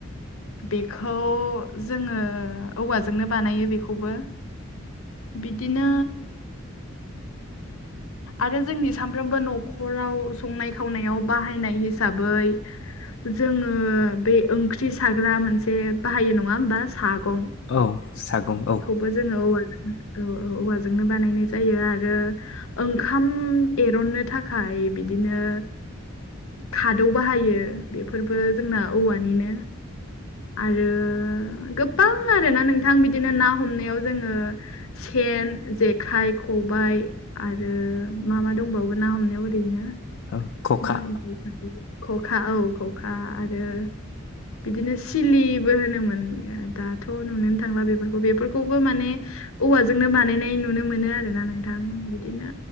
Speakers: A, on the left; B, on the left.
A: बेखौ जोङो औवाजोंनो बानायो बेखौबो। बिदिनो आरो जोंनि सामफ्रामबो न'खराव संनाय खावनायाव बाहायनाय हिसाबै जोङो बे ओंख्रि साग्रा मोनसे बाहायो नङा होमबा? सागं
B: औ सागं औ।
A: खौबो जोङो औवाजों औ औ औवाजोंनो बानायनाय जायो आरो ओंखाम एरननो थाखाय बिदिनो खादौ बाहायो बेफोरबो जोंना औवानिनो। आरो गोबां आरोना नोंथां बिदिनो ना हमनायाव जोङो सेन जेखाइ खबाइ आरो मा मा दंबावो ना हमनायाव ओरैनो
B: औ खखा
A: बाहायनाय बेबादि ख'खा औ ख'खा आरो बिदिनो सिलिबो होनो मोन <unintelligible> गोन दाथ' नुनोनो थांला बेफोरखौ बेफोरखौबो माने औवाजोंनो बानायनाय नुनो मोनो आरोना नोंथां बिदिनो